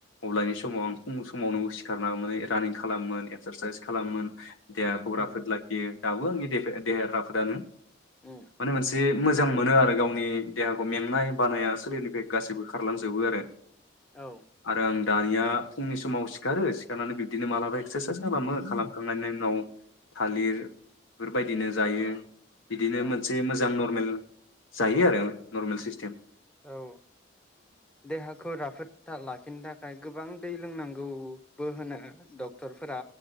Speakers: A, on the left; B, in the centre.
A: अब्लानि समाव आं फुं समावनो सि सिखारना मोन रानिं खालामोन एक्सारसाइस खालामोन। देहाखौ
B: उम
A: राफोद लाखियो। दाबो आंनि देहाया राफोदानो
B: उम
A: माने मोनसे मोजां मोनो आरो गावनि देहाखौ मेंनाय बानाया सोलेरनिफ्राय गासैबो खारलांजोबो आरो।
B: औ
A: आरो आं दानिया फुंनि समाव सिखा सिखारो सिखारनानै बिब्दिनो मालाबा एक्सारसाइस खालामो खालामखांनायनि उनाव थालिर बेफोरबायदिनो जायो बिदिनो
B: औ
A: मोनसे मोजां न मेल जायो आरो नर्मेल सिस्टेम
B: औ देहाखौ राफोद लाखिनो थाखाय गोबां दै लोंनांगौबो होनो डक्टर फोरा